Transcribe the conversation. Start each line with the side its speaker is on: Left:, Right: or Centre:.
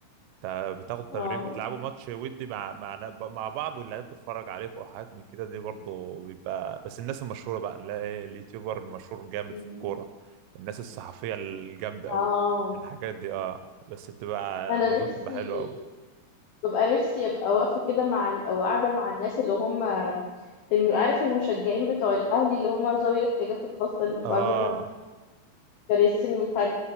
Right: تا- بتاخدوا
Left: اه
Right: تمرين بتلعبوا ماتش ودي مع مع مع بعض واللعيبه بتتفرج عليكم وحاجات من كده دي برضه بيبقى بس الناس المشهوره بقى نلاقي اليوتيوبر المشهور جامد
Left: مم.
Right: في الكوره الناس الصحفيه الجامده
Left: اه
Right: قوي الحاجات دي اه بس بتبقى
Left: انا
Right: على
Left: نفسي
Right: اظن بتبقى حلوه قوي
Left: ببقى نفسي ابقى واقفه كده مع ال- او قاعده مع الناس اللي هم الم- عارف المشجعين بتوع الاهلي اللي هم ذوي الاحتياجات الخاصه اللي بيبقوا
Right: اه
Left: عايزين كراسي متحرك